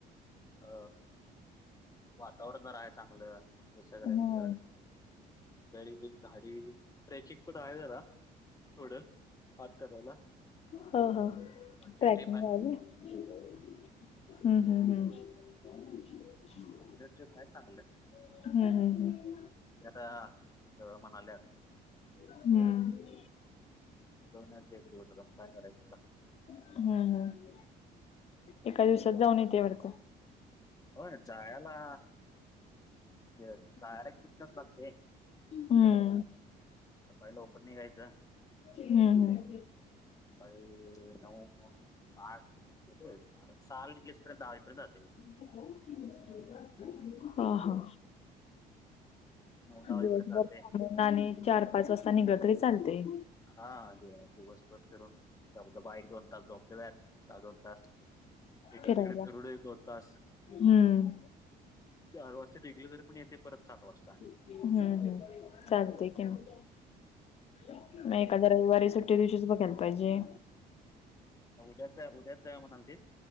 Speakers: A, on the left (about 20°); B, on the left (about 40°).
A: अ वातावरण जरा आहे चांगलं. हे सगळे
B: ह
A: आपले गाळे आहेत. तरी ही झाडी, ट्रॅचिक पण आहे जरा थोडं. आत करायला.
B: ह.. ह.
A: वनडे
B: ट्रॅकिंग
A: ट्रिप आहे
B: लावलय. हम्म.. हम्म.. हम्म. <unintelligible>
A: ह्याच्यात आहे चांगलं.
B: हम्.. हम्.. हम्म.
A: ते आता, जावुया म्हणाल्यात.
B: हम्म.
A: दोनाचे एक दिवस अजुन, आता काय करायचं आता.
B: हम्.. हम्. एका दिवसात जाऊन येतंय वाटतं.
A: होय, जायाला ज जायाला एक तीन तास लागतंय.
B: हम्म.
A: सकाळी लवकर निघायचं.
B: हम्म हम्म.
A: फाईल, नऊ, आठ. येतयचं, सहाला निघलीस तर दहा वाजेपर्यंत जातंय.
B: <unintelligible> हा.. हा.
A: नऊ दहा
B: दिवसभर.
A: वाजेपर्यंत जाते
B: तितन आणि चार, पाच वाजता निघलं तरी चालतंय.
A: हा दि दिवसभर फिरून. धबधबा एक, दोन तास, धबधब्यात तास दोन तास. इकडे
B: फिरायला
A: तिकडे फिरुन एक दोन तास,
B: हम्म
A: चार वाजता निघलं तरीपण येते परत सात वाजता.
B: हम्म.. हम्म चालतंय कि मग, मग
A: ठीक
B: एखाद्या
A: आहे.
B: रविवारी सु ट्टी दिवशीच बघायला पाहिजे.
A: का उद्याच जा उद्याच जाऊया म्हणालतीस?